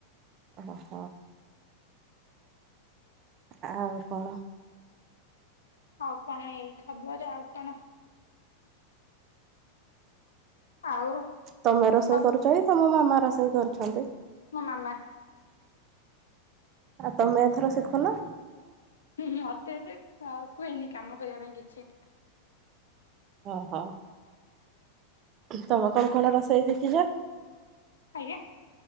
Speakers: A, on the right; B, on the left.
A: ଓହୋଃ। ଆଉ କଣ?
B: ଆଉ କଣ ଏଇ ଖବର ଆଉ କଣ। ଆଉ
A: ତମେ ରୋଷେଇ
B: ଆଉ
A: କରୁଛ କି ତମ ମାମା ରୋଷେଇ କରୁଛନ୍ତି?
B: ମୋ ମାମା।
A: ଆଉ ତମେ ଏଥର ଶିଖୁନ।
B: ହୁଁ ମତେ କୁହେନି କାମ କରିବା ପାଇଁ କିଛି।
A: ଓହୋ ତମେ କଣ କଣ ରୋଷେଇ ଶିଖିଛ?
B: ଆଜ୍ଞା।